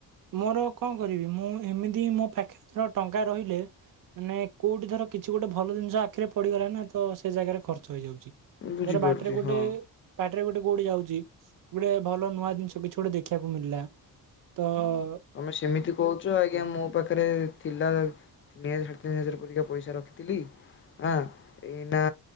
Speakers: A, on the right; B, on the left.
A: ମୋର କଣ କରିବି ମୁଁ ଏମିତି ମୋ ପାଖରେ ଟଙ୍କା ରହିଲେ ମାନେ କୋଉଠି ଧର କିଛି ଗୋଟେ ଭଲ ଜିନିଷ ଆଖିରେ ପଡିଗଲା ନା ତ ସେ ଜାଗାରେ ଖର୍ଚ୍ଚ ହେଇଯାଉଛି। ଧର
B: ବୁଝିପାରୁଛି
A: ବାଟରେ ଗୋଟେ
B: ହଁ।
A: ପା ଗୋଟେ କଉଟି ଯାଉଛି ଗୋଟେ ଭଲ ନୂଆ ଜିନିଷ କିଛି ଗୋଟେ ଦେଖିବାକୁ ମିଳିଲା ତ ।
B: ତମେ ସେମିତି କହୁଛ ଆଜ୍ଞା ମୋ ପାଖରେ ଥିଲା । ତିନି ହଜାର ସାଢ଼େ ତିନି ହଜାର ପରିକା ପଇସା ରଖିଥିଲି ହଁ ଏଇନା